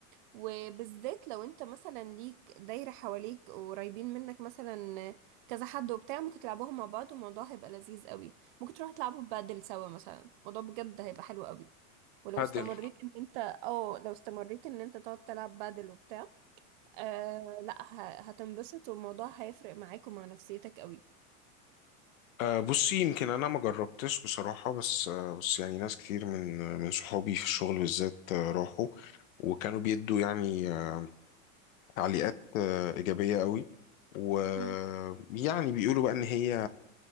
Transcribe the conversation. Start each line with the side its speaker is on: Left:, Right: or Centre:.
Right: وبالذات لو أنت مثلا ليك دايرة حواليك وقريبين منك مثلا كذا حد وبتاع ممكن تلعبوها مع بعض والموضوع هيبقى لذيذ قوي ممكن تروحوا تلعبوا بادل سوا مثلا الموضوع بجد هيبقى حلو قوي ولو
Left: عدل
Right: استمريت ان انت اه لو استمريت ان انت تقعد تلعب بادل وبتاع آه لا ه- هتنبسط والموضوع هيفرق معاك ومع نفسيتك قوي
Left: أه بصي يمكن انا ما جربتش بصراحه بس أه بس يعني ناس كتير من من صحابي في الشغل بالذات آه، راحوا وكانوا بيدوا يعني آه، تعليقات آه، ايجابيه قوي ويعني
Right: هم.
Left: بيقولوا بقى ان هي